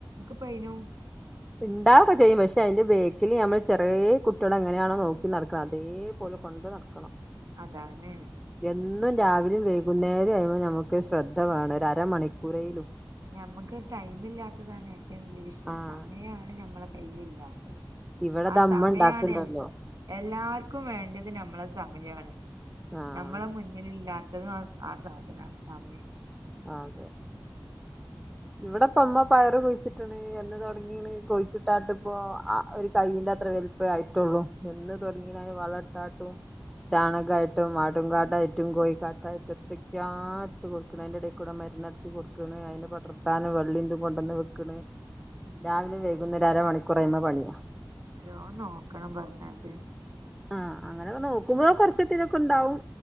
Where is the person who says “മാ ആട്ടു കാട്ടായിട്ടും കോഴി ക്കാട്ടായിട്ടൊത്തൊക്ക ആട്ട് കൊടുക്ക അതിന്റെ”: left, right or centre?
Centre